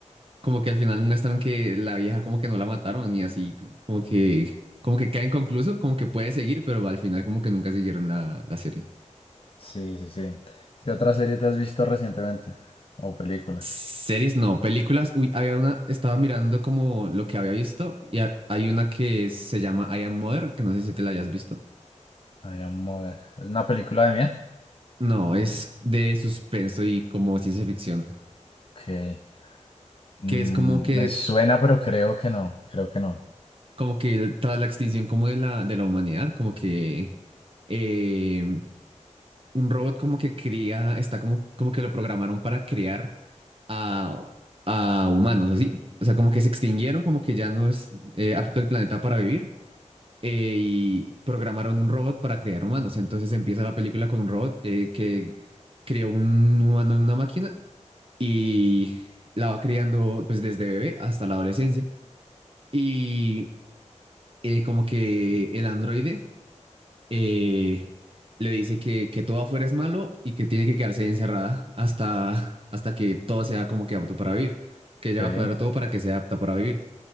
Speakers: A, on the right (about 45°); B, on the left (about 45°).
A: como que al final muestran que la vieja como que no la mataron y así, como que, como que cae inconcluso, como que puede seguir, pero al final como que nunca siguieron la, la serie.
B: Sí, sí, sí. ¿Qué otra serie te has visto recientemente? ¿O película?
A: Series no, películas, uy, había una, estaba mirando como lo que había visto y ha- hay una que se llama I Am Mother, que no sé si te la hayas visto.
B: Ay, Am Mother. ¿Es una película de mía?
A: No, es de suspenso y como ciencia ficción,
B: Que me
A: que es como que
B: suena, pero creo que no, creo que no.
A: como que el- tras la extinción como de la, de la humanidad, como que eh, un robot como que cría, está como, como que lo programaron para crear a, a humanos, así. O sea, como que se extinguieron, como que ya no es eh, apto el planeta para vivir. eh, y programaron un robot para crear humanos. Entonces empieza la película con un robot eh, que creó un humano en una máquina y la va criando pues desde bebé hasta la adolescencia. Y eh, como que el androide eh, le dice que, que todo afuera es malo y que tiene que quedarse ahí encerrada hasta, hasta que todo sea como que apto para vivir, que ella
B: Ok.
A: va a cuadrar todo para que sea apta para vivir.